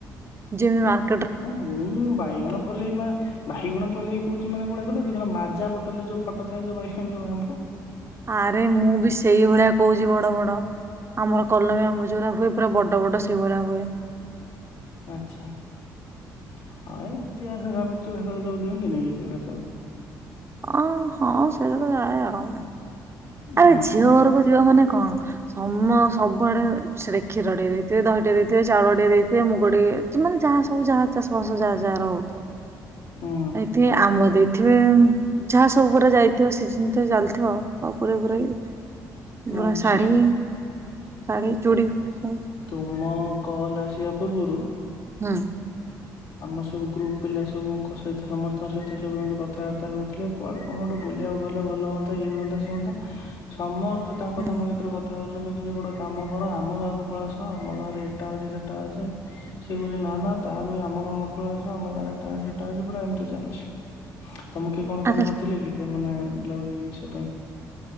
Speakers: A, on the right (about 30°); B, on the left (about 75°).
A: ଯେମିତି ମାର୍
B: ଉଁ ହୁଁ ବାଇଗଣ ପଲେଇ ମା। ବାଇଗଣ ପଲେଇ କହୁଛି ମାନେ କଉଟା କହିଲ ମାଜା ବୋଟଲ ଫଟୋ ଥାଏ ଯୋଉ ବାଇଗଣ ଯୋଉ ଆମ୍ୱ।
A: ଆରେ ମୁଁ ବି ସେଇଭଳିଆ କହୁଛି ବଡ ବଡ ଆମର କଲମୀ ଆମ ଯୋରା ହୁଏ ପୁରା ବଡ଼ ବଡ଼ ସେଇଭଳିଆ ହୁଏ।
B: ଆଚ୍ଛା ହଁ ଏ ଦିତିଆ ଓଷା ସାବିତ୍ରୀ ଭାର ରେ ସବୁ ଦିଅନ୍ତି ନିକି ସେଗୁଡା ସବୁ।
A: ଅଁ ହଁ ସେରା ତ ଯାଏ ଆଉ। ଆରେ
B: ହୁଁ
A: ଝିଅ ଘରକୁ ଯିବ ମାନେ କଣ। ସମ ସବୁଆଡେ ସେଟେ କ୍ଷୀର ଟିକେ ଦେଇଥିବେ ଦହିଟେ ଦେଇଥିବେ ଚାଉଳ ଟେ ଦେଇଥିବେ ମୁଗ ଟିକେ ମାନେ ଯାହା ସବୁ ଯାହା ଚାଷ ବାସ ଯାହା ଯାହା ର ହଉ ଥୁବ।
B: ହୁଁ
A: ଏଥି ଆମ୍ୱ ଦେଇଥିବେ। ଯାହା ସବୁ ପୁରା ଯାଇଥିବ ସିଜନ୍ ତ ଚାଲିଥିବ ଆଉ ପୁରେଇ ପୁ ରାକି। ପୁରା
B: ଆଚ୍ଛା
A: ଶାଢୀ ଶାଢୀ ଚୁଡ଼ି ଫୁଡି ସବୁ।
B: ତୁମ କଲ ଆସିବା ପୂର୍ବରୁ
A: ହୁଁ।
B: ଆମ ସବୁ ଗ୍ରୁପ ପିଲା ସବୁଙ୍କ ସହିତ ସମସ୍ତଙ୍କ ସହିତ ସବୁ ଏମିତି କଥାବାର୍ତ୍ତା ହଉଥିଲେ। କୁଆଡ଼େ କଣ ଗୋଟେ ବୁଲିବାକୁ ଗଲେ ଭଲ ହୁଅନ୍ତା ଇଏ ହୁଅନ୍ତା ସେ ହୁଅନ୍ତା।
A: <inaudible>
B: ସମସ୍ତେ ତାଙ୍କ
A: ହୁଁ
B: ତାଙ୍କ ଭିତରେ କ କଥା ହଉଛନ୍ତି କି ଯେ ଗୋଟେ କାମ କର ଆମ ଗାଁକୁ ପଲେଇ ଆସ ଆମ ଗାଁରେ ଏଟା ଅଛି ସେଟା ଅଛି। ସେ କହୁଛି ନା ନା ତା ମାନେ ଆ ଆମ ଗାଁକୁ ପଳେଇ ଆସ ଆମ ଗାଁରେ ଏଟା ଅଛି ସେଟା ଅଛି ପୁରା ଏମିତି ଚାଲିଛି ତମୁ କିଏ କଣ
A: ଆରେ
B: ଫୋନ କରିଥିଲେ କି। ମାନେ ବୁଲା ବୁଲି ଇଏ ସିଏ ପାଇଁ?